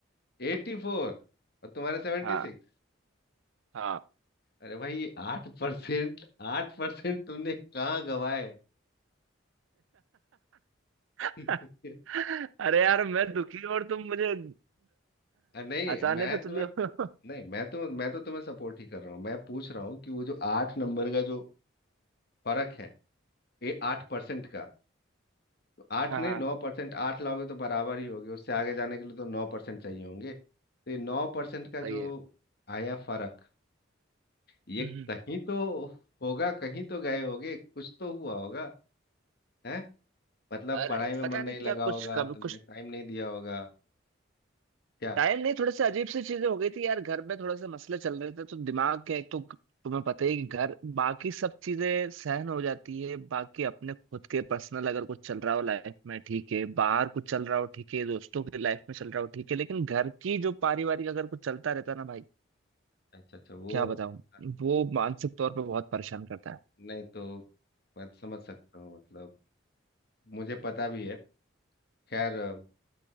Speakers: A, on the left; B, on the right.
A: एटी फोर और तुम्हारे सेवेंटी
B: हाँ
A: सिक्स।
B: हाँ
A: अरे भाई आठ परसेंट आठ परसेंट तुमने कहाँ गवाए
B: <laughs>
A: <laughs>
B: अरे यार मैं दुखी और तुम मुझे
A: नहीं
B: हंसाने
A: मैं
B: पे
A: तुम्हें
B: तुले हो
A: नहीं मैं तो मैं तो तुम्हें सपोर्ट ही कर रहा हूँ मैं पूछ रहा हूँ कि वो जो आठ नंबर का जो फर्क है ये आठ परसेंट का तो आठ
B: हाँ
A: नहीं
B: हाँ
A: नौ परसेंट आठ लाओगे तो बराबर ही होगे उससे आगे जाने के लिए तो नौ परसेंट चाहिए होंगे तो ये नौ परसेंट का
B: सही
A: जो
B: है
A: आया फर्क ये
B: हम्म
A: कहीं तो होगा कहीं तो गए होगे कुछ तो हुआ होगा है मतलब
B: अरे
A: पढ़ाई में
B: पता
A: मन नहीं
B: नहीं
A: लगा
B: क्या कुछ
A: होगा
B: कब
A: तुमने
B: कुछ
A: टाइम नहीं दिया होगा क्या
B: टाइम नहीं थोड़े से अजीब सी चीजें हो गई थी यार घर में थोड़े से मसले चल रहे थे तो दिमाग के एक तो तुम्हें पता ही है कि घर बाकी सब चीजें सहन हो जाती है बाकी अपने खुद के पर्सनल अगर कुछ चल रहा हो लाइफ में ठीक है बाहर कुछ चल रहा हो ठीक है दोस्तों की लाइफ में चल रहा हो ठीक है लेकिन घर की जो पारिवारिक अगर कुछ चलता रहता है ना भाई
A: अच्छा अच्छा वो
B: क्या बताऊं
A: हो गया था।
B: वो मानसिक तौर पर बहुत परेशान करता
A: नहीं तो मैं समझ सकता हूँ मतलब मुझे पता भी
B: है
A: है खैर अ,